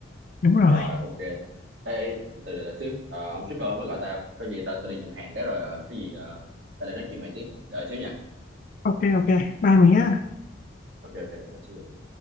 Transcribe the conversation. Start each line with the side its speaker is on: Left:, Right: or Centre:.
Left: đúng rồi
Right: Rồi ok. Ê, từ từ từ xíu, Ờ, ông shipper mới gọi tao. Có gì tao tao đi nhận hàng cái rồi ờ, cái gì ờ, tao lại nói chuyện mày tiếp. Đợi xíu nha.
Left: ok ok bye mày nhé
Right: Ok ok, đợi xíu đợi xíu.